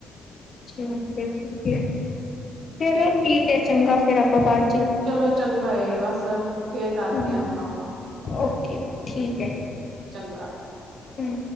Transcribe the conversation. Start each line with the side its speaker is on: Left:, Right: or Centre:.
Left: ਠੀਕ ਹੈ, ਠੀਕ ਹੈ ਚਲੋ ਠੀਕ ਹੈ ਚੰਗਾ ਫੇਰ ਆਪਾਂ ਬਾਦ
Right: ਚਲੋ ਚੰਗਾ ਏ ਬਸ ਫੇਰ ਕਰਦੇ
Left: ਹੂੰ।
Right: ਹਾਂ ਹੁਣ ਆਪਾਂ।
Left: ਓਕੇ ਠੀਕ ਹੈ।
Right: ਚੰਗਾ।
Left: ਹੂੰ।